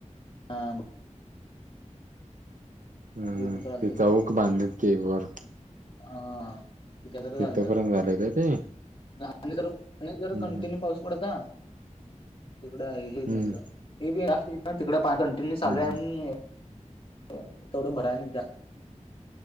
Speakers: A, on the left; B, on the right.
A: हा म.
B: हम्म,
A: ध्रुपत्र आलत
B: ते चौक बांधलेत केक वर.
A: हा. तिच्या जर
B: तिथपर्यंत
A: चालत
B: झालंय का ते?
A: आणि जर पा
B: हम्म
A: जर कंटिन्यू पाऊस पडता. तिकड आहे, हेेत
B: हम्म
A: नाही सुद्धा हे बी जा तिकड पा कंटिन्यू
B: हम्म
A: चालू आहे तेवढं भराय, जा